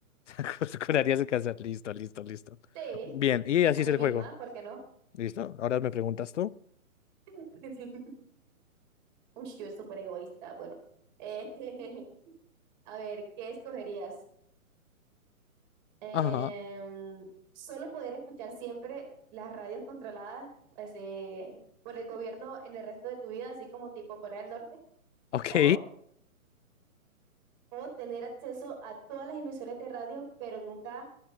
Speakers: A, on the left (about 60°); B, on the right (about 30°).
A: <laughs> Pues curarías el cáncer. Listo, listo, listo.
B: Sí,
A: Bien, y así
B: a
A: es
B: mí
A: el
B: misma,
A: juego.
B: ¿por qué no?
A: ¿Listo? Ahora me preguntas tú.
B: <laughs> Uy, yo soy súper egoísta. Bueno, Eh, <laughs> a ver, ¿qué escogerías? Em,
A: Ajá.
B: solo poder escuchar siempre las radios controladas pues, eh, por el gobierno en el resto de tu vida, así como tipo Corea del Norte,
A: Ok.
B: o, o tener acceso a todas las emisoras de radio, pero nunca